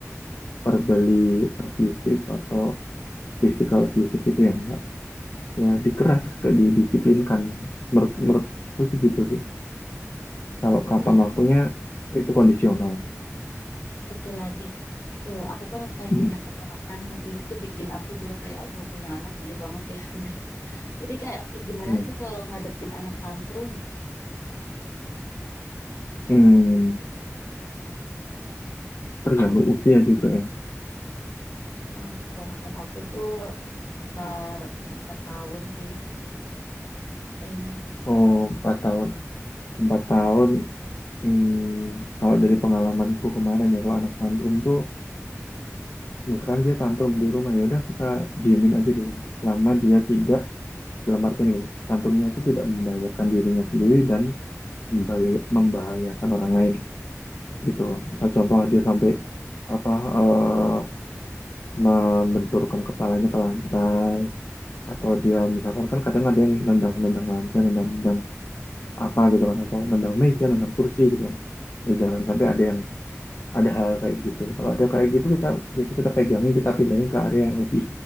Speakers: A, on the left; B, on the left.
A: verbally abusive atau physical abusive itu yang enggak ya dikeras ke didisiplinkan menurut menurutku sih gitu sih Kalau kapan
B: Oh ya
A: waktunya itu kondisional.
B: Satu lagi, eh, aku kan kayak
A: Hmm.
B: punya keponakan dan ini tuh bikin aku juga kayak aduh punya anak gini banget ya. <laughs> gitu. Jadi kayak gimana
A: Hmm.
B: sih kalau ngadepin anak tantrum?
A: Hmm. Tergantung usia juga ya.
B: Eh, keponakan aku tuh sekitar empat tahun sih kayaknya.
A: Oh, 4 tahun. empat tahun. Hmm. Kalau dari pengalamanku kemarin ya, kalau anak tantrum tuh, misalkan dia tantrum di rumah, ya udah kita diemin aja dulu. Selama dia tidak, dalam artian gini, tantrumnya itu tidak membahayakan dirinya sendiri dan membahaya- membahayakan orang lain gitu. Misal contoh dia sampai apa eh membenturkan kepalanya ke lantai atau dia misalkan kan kadang ada yang nendang-nendang lantai, nendang-nendang apa gitu kan atau nendang meja, nendang kursi gitu kan. Ya jangan sampai ada yang ada hal kayak gitu. Kalau ada kayak gitu kita biasa kita pegangin, kita pindahin ke area yang lebih